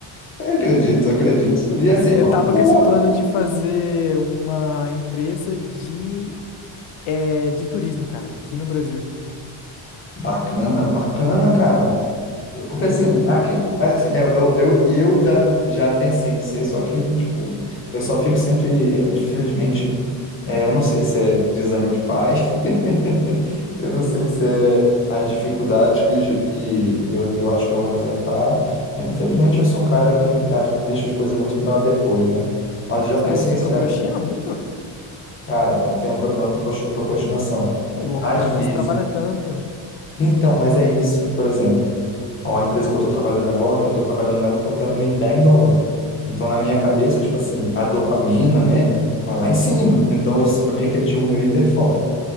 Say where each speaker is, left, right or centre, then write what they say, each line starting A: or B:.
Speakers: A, on the left; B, on the left.
A: eu acredito, acredito. E assim,
B: Eu
A: é uma
B: tava
A: boa,
B: com esse plano de fazer uma empresa de, é, de turismo, cara, aqui no Brasil.
A: bacana, bacana, cara. Porque
B: Juro.
A: assim, aqui, assim, eu, eu, eu já, já pensei em ser, só que, tipo, eu só fico sempre, infelizmente, é, eu não sei se é desânimo de pai, <laughs> eu não sei se é as dificuldades que, ju- que eu, eu acho que eu vou enfrentar. Infelizmente, eu sou um cara que ah, deixa as coisas muito para depois, né? Mas eu já
B: Sério,
A: pensei
B: você
A: em
B: procurou
A: ser, ah,
B: China muito?
A: cara, eu tenho um problema com prox- procrastinação.
B: Ô, louco,
A: Às
B: cara,
A: vezes.
B: mas você trabalha tanto.
A: Então, mas é isso, por exemplo. Bom, a empresa que eu estou trabalhando agora, eu estou trabalhando nela porque ela me dá em dólar. Então, na minha cabeça, tipo assim, a dopamina, né, vai lá em cima. Então, eu, eu meio que ativo o meu hiperfoco.